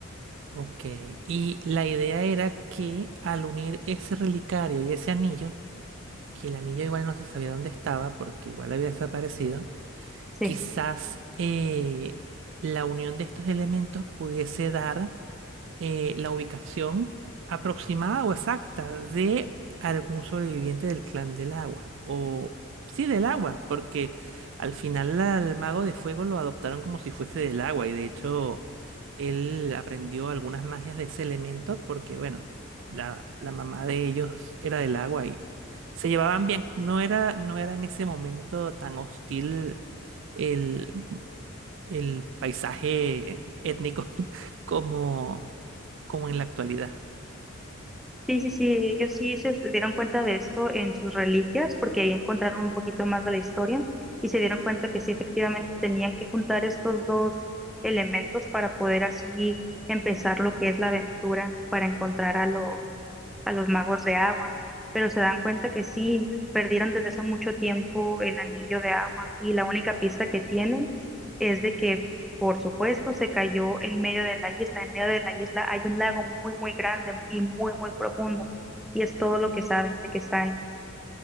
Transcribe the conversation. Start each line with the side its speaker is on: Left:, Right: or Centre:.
Right: Ok, y la idea era que al unir ese relicario y ese anillo, que el anillo igual no se sabía dónde estaba porque igual había desaparecido,
Centre: Sí.
Right: quizás eh, la unión de estos elementos pudiese dar eh, la ubicación aproximada o exacta de algún sobreviviente del clan del agua. O sí, del agua, porque al final al mago de fuego lo adoptaron como si fuese del agua y de hecho él aprendió algunas magias de ese elemento porque, bueno, la, la mamá de ellos era del agua y se llevaban bien. No era, no era en ese momento tan hostil el el paisaje étnico <laughs> como, como en la actualidad.
Centre: Sí, sí, sí, ellos sí se dieron cuenta de esto en sus reliquias, porque ahí encontraron un poquito más de la historia y se dieron cuenta que sí, efectivamente, tenían que juntar estos dos elementos para poder así empezar lo que es la aventura, para encontrar a los, a los magos de agua, pero se dan cuenta que sí, perdieron desde hace mucho tiempo el anillo de agua y la única pista que tienen es de que, por supuesto, se cayó en medio de la isla. En medio de la isla hay un lago muy, muy grande y muy, muy profundo y es todo lo que saben de que está ahí.